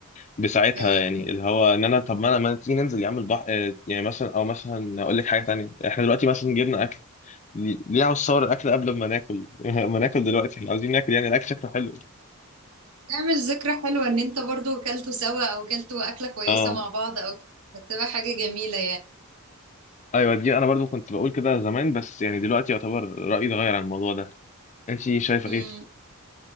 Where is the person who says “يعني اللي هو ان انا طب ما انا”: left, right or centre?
Left